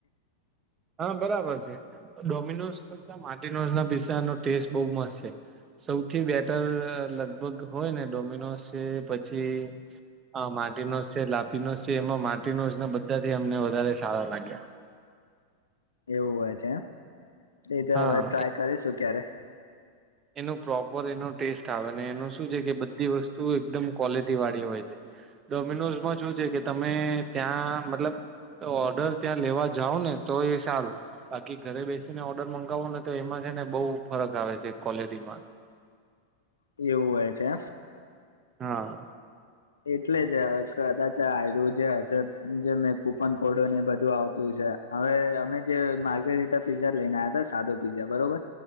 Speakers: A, on the right; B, on the left.
A: હા બરાબર છે ડોમિનોઝ કરતા માર્ટિનોઝ ના પિઝા નો ટેસ્ટ બવ મસ્ત છે. સૌથી બેટર લગભગ હોય ને ડોમિનોસ છે પછી હ માટીનોસ છે લાપીનો છે એમાં માટીનો બધાથી અમને વધારે સારા લાગ્યા.
B: એવું હોય છે એમ, એતે
A: હા
B: હવે ટ્રાય કરીશું ક્યારેક.
A: એનો પ્રોપર એનો ટેસ્ટ આવે ને એનો શું છે કે બધી વસ્તુ એકદમ ક્વોલિટી વાળી હોય છે. ડોમિનોઝમાં શું છે કે તમે ત્યાં મતલબ ઓર્ડર ત્યાં લેવા જાવ ને તો એ સારું બાકી ઘરે બેસીને ઓ ઓર્ડર મગાવો ને, તો એમાં છે ને, બહુ ફરક આવે છે ક્વોલિટીમાં.
B: એવું હોય છે.
A: હા.
B: એટલે જ કદાચ આ જે હશે, જે મેં કુપન કોડો ને, એ બધું આવતું છે. હવે અમે જે માર્કેટ રીતે પીઝા લઈને આવ્યા હતા, સાદો પીઝા બરોબર.